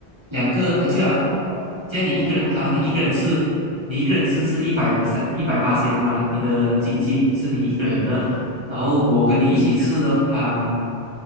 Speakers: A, on the right (about 25°); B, on the right (about 85°).
A: 两个啊，
B: 好像子的咯，
A: 就啊，加你一个人，
B: 哦。
A: 好像你一个人吃，你一个人吃是一百 percent 一百八千嘛，你的经济是你一个人的，
B: 嗯
A: 然后我跟你一起吃的啊、
B: 嗯，